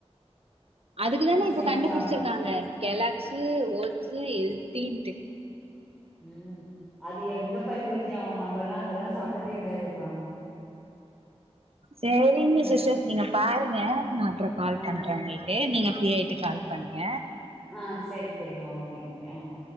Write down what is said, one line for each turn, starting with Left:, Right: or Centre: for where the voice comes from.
Right: அதுக்குதான இப்போ
Centre: சரியாவு
Right: கண்டுபுடிச்சிருக்காங்க
Centre: சாப்ட மா
Right: கெலாக்ஸ்சு ஓட்ஸ்சு ஹெல்தீன்ட்டு
Centre: ம் அது எங்கப்பா ஹெல்த்தி ஆவு நம்மல்லா அதெல்லா சாப்ட்டதே கெடையாதேப்பா
Right: சரிங்க
Centre: என்ன
Right: சிஸ்டர் நீங்க பாருங்க நா அப்றோ கால்
Centre: ஆ
Right: பண்ற உங்ளுக் ஏ நீங்க ஃப்ரீ ஆய்ட்டு கால் பண்ணுங்க
Centre: ஆ சேரி சேரிம்மா ஓகே ஓகே ஆ